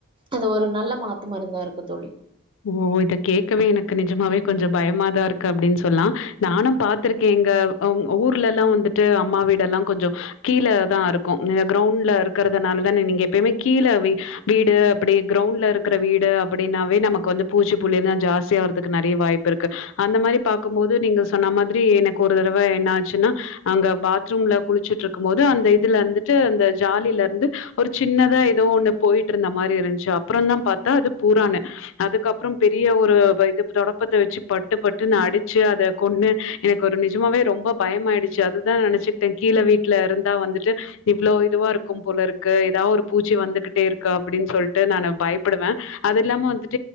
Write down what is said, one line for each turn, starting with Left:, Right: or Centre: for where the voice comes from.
Right: அது ஒரு நல்ல மாத்து மருந்தா இருக்கு தோலி
Left: ஓ இத கேக்கவே எனக்கு நிஜமாவே கொஞ்ஜோ பயமாதா இருக்கு அப்படின்னு சொல்லலா நானும பாத்துருக்கேன் எங்க ஊர்ல எல்லா வந்துட்டு அம்மா வீடு எல்லா கொஞ்ஜோ கீழே தா இருக்கு கிரௌண்ட்ல இருக்கிறதுனால தானே நீங்க எப்புமே கீழ வீடு அப்படி கிரௌண்ட்ல இருக்கிற வீடு அப்படின்னாவே நமக் வந்து பூச்சி புள்ளில்லா ஜாஸ்தி ஆறதுக்கு நெறைய வாய்ப்பு இருக்கு அந்த மாரி பாக்கும்போது நீங்க சொன்ன மாதிரி எனக்கு ஒரு தடவை என்ன ஆச்சுன்னா அங்க பாத்ரூம்ல குளிச்சுட்டு இருக்கும் போது அந்த இதுல இருந்துட்டு அந்த ஜாலியில இருந்து ஒரு சின்னதா ஏதோ ஒண்ணு போயிட்டு இருந்த மாரி இருந்துச்சு அப்புறம் தா பார்த்தா அது பூரான்னு அதுக்கப்புறோ பெரிய ஒரு இது தொடப்பத்த வச்சு பட்டு பட்டுனு அடிச்சு அதை கொன்னு எனக்கு ஒரு நிஜமாவே ரொம்ப பயமாயிடுச்சு அது தா நெனைச்சுகிட்ட கீல வீட்டுல இருந்தா வந்துட்டு இவ்ளோ இதுவா இருக்கும் போலருக்கு ஏதாவது ஒரு பூச்சி வந்துகிட்டே இருக்கு அப்படின்னு சொல்லிட்டு நான் பயப்படுவேன் அது இல்லாம வந்துட்